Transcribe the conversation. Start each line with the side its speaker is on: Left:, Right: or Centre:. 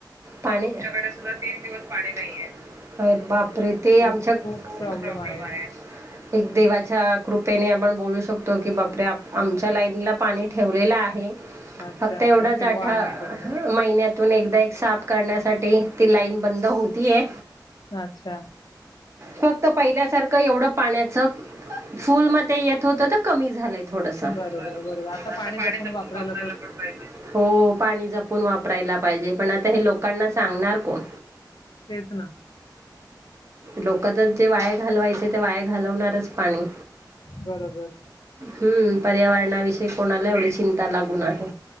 Right: पाणी आमच्याकडे सुद्धा तीन दिवस पाणी नाहीये अर बाप प्रिती
Left: खूप
Right: आमच्या क
Left: खूप प्रॉब्लेम
Right: प्राॅब्लेम
Left: आहे.
Right: आहेत. एक देवाच्या कृपेने आपण बोलू शकतो की बापरे आप लाइनला पाणी ठेवलेलं आहे
Left: अच्छा
Right: फक्त एवढा
Left: नशीबवान
Right: साठा
Left: आहात तुम्ही.
Right: ह महीन्यात तून एकदा एक साफ करण्यासाठी ती लाईन बंद होतीए
Left: अच्छा
Right: फक्त पहिल्यासार क एवढं पाण्याच फुल मध्ये येत होत त कमी झालंय थोडस आता
Left: बरोबर बरोबर पाणी
Right: पणी
Left: जपून
Right: जपूण
Left: वापरायला
Right: वापराला पण पाहिजे, हो पाणी जपून वापरायला पाहिजे पण आता हे लोक कांना सांगणार कोण.
Left: हेच ना
Right: लोकांत ते वाया घालवायच ते वाया, घालवणारच पाणी
Left: बरोबर
Right: हूं पर्यावरणाविषयी कोणाला एवढी चिंता लागून आहे